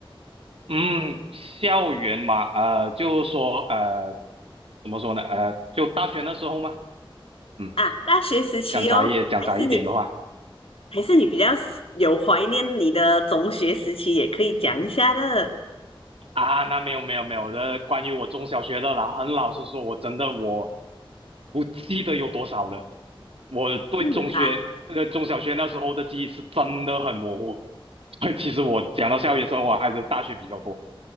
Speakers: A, on the right (about 85°); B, on the left (about 80°).
A: 嗯，校园嘛，呃，就是说，呃，怎么说呢？呃，就大学那时候嘛，嗯，
B: 啊？大学时期哦，
A: 讲窄一讲窄一点的话，
B: 还是你还是你比较有怀念你的中学时期，也可以讲一下的，
A: 啊，那没有没有没有，呃，关于我中小学的啦，很老实说，我真的我不记得有多少了。我对中学，
B: 不然
A: 呃，中小学那时候的记忆是真的很模糊，<laughs> 所以其实我讲到校园生活还是大学比较多。